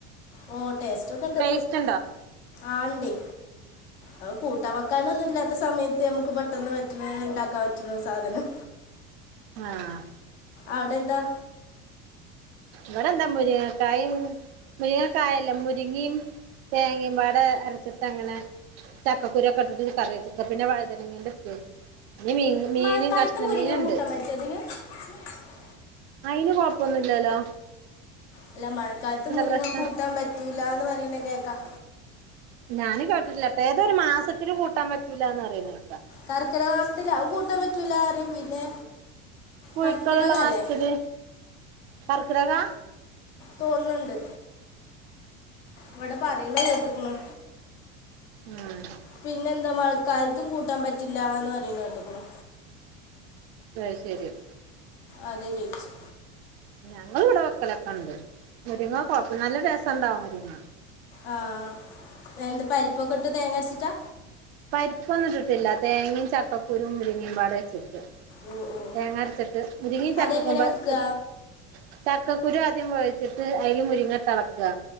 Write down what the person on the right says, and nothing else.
ടേസ്റ്റ്
ഉം
ആഹ്
ഇവിടെ എന്താ മുരിങ്ങക്കായും മുരിങ്ങക്കായല്ല മുരിങ്ങിം തേങ്ങേം പാട് അരച്ചിട്ടങ്ങനെ ചക്കക്കുരു ഒക്കെ ഇട്ടിട്ട് ഒരു കറിവെച്ച് ഇപ്പൊ പിന്നെ വഴുതനങ്ങേന്റെ ഉപ്പേരി ഇനി മീ മീന്
കഷ്ണം
മീനൊണ്ട്
അയിന് കൊഴപ്പൊന്നുല്ലാലോ
പ്രശ്നം
ഞാനും കേട്ടിട്ടില്ലാട്ടൊ ഏതോരു മാസത്തില് കൂട്ടാൻ പറ്റൂലാന്ന് പറയുന്നേ
പുഴ്ക്കള്
ള്ള മാസത്തില് കർക്ക്ടകാ
മ്ഹ്
അയ് ശരിയാ
ഞങ്ങള് ഇവ്ടെ വെക്കലൊക്കേ ഇണ്ട് മുരിങ്ങ കൊഴപ്പം നല്ല രസണ്ടാവും മുരിങ്ങ
പരിപ്പൊന്നും ഇട്ട്ട്ടില്ല തേങ്ങേം ചക്കക്കുരൂം മുരിങ്ങേം പാടെ വെച്ചിട്ട്
തേങ്ങ അരച്ചിട്ട് മുരിങ്ങേം ചക്ക
ക്കുമ്പ
<unintelligible> ചക്കക്കുരു ആദ്യം വേവിച്ചിട്ട് അയ്ല് മുരിങ്ങ ഇട്ട് എളക്കുക